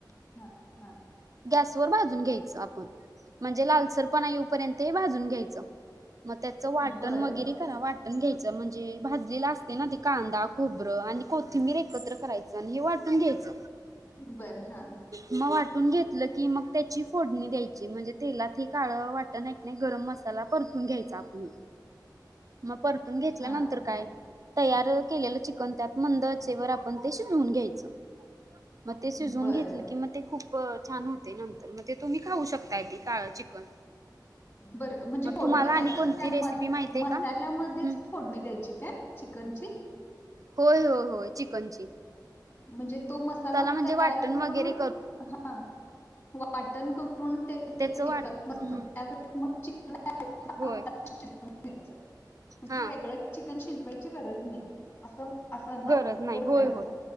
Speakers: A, on the left; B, on the right.
A: हा हा.
B: गॅस वर भाजून घ्यायच आपण म्हणजे लालसरपणा येऊपर्यंत हे भाजून घ्यायचं मगं त्याचं वाटण
A: बरं.
B: वगैरे करा वाटण घ्यायचं म्हणजे भाजलेला अस ना ते कांदा खोबरं आणि कोथंबी करायच हे वाटून घ्यायच,
A: बरं. हां.
B: मगं वाटून घेतलं कि मगं त्याची फोडणी द्यायची म्हणजे तेलात काळं वाट नाही नाही गरम मसाला परतून घ्यायचा आपण मगं परतून घेतल्या
A: हां,
B: नंतर काय
A: हां.
B: तयार के चिकन त्यात मंद‌ आचेवर आपण ते शिजून घ्यायचं मगं ते शिजून
A: बरं.
B: घेतले की मगं ते खूप छान होते नंतर म ते तुम्ही खाऊ शकता य तेे काळं चिकन
A: बर म्हणजे
B: मग
A: फोडणी
B: तुम्हाला आणि
A: त्यातच
B: कोणती
A: त्या
B: रेसिपी
A: म
B: माहिती आहे
A: मसाल्यामध्येच
B: का? हम्म.
A: फोडणी द्यायची काय चिकनची?
B: होय होय होय चिकनची
A: म्हणजे तो मसाला
B: म्हणजे
A: तयार
B: वाटण
A: करून
B: वगैरे
A: हा, वाटण करून ते
B: त्याच
A: ते...
B: वाट
A: आताज
B: हम्म
A: घ्याच
B: होय
A: म्हणजे
B: हा
A: वेगळं चिकन शिजवायची गरज नाही... अस असं ना...
B: गरज नाही
A: बरोबर
B: होय
A: आहे ना?
B: होय